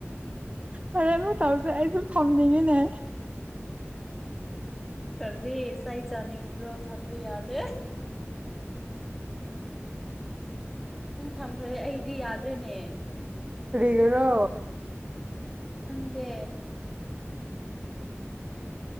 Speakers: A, on the right (about 25°); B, in the centre.
A: ꯍꯣꯔꯦꯟ ꯃꯇꯧꯁꯦ ꯑꯩꯁꯨ ꯐꯝꯅꯤꯡꯉꯤꯅꯦ
B: ꯀꯦ ꯆ ꯆꯥꯅꯤꯡꯕ꯭ꯔꯣ ꯊꯝꯕ ꯌꯥꯗꯦ ꯅꯪ ꯊꯝꯈ꯭ꯔꯦ ꯑꯩꯗꯤ ꯌꯥꯗꯔꯅꯦ
A: ꯀꯔꯤꯒꯤꯔꯣ
B: ꯈꯪꯗꯦ